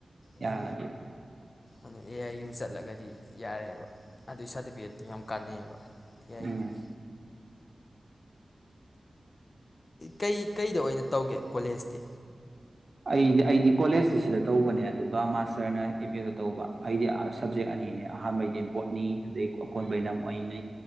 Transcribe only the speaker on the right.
ꯌꯥꯔꯒꯗꯤ
ꯎꯝ
ꯑꯩꯗꯤ ꯑꯩꯗꯤ ꯀꯣꯂꯦꯖꯇ ꯁꯤꯗ ꯇꯧꯕꯅꯦ ꯑꯗꯨꯒ ꯃꯥꯁꯇꯔꯅ ꯑꯦꯝ ꯌꯨ ꯗ ꯇꯧꯕ ꯑꯩꯗꯤ ꯑ ꯁꯞꯖꯦꯛ ꯑꯅꯤꯅꯦ ꯑꯍꯥꯟꯕꯩꯗꯤ ꯕꯣꯠꯅꯤ ꯑꯗꯩ ꯑꯀꯣꯟꯕꯩꯅ ꯑꯃꯨꯛ ꯑꯩꯅ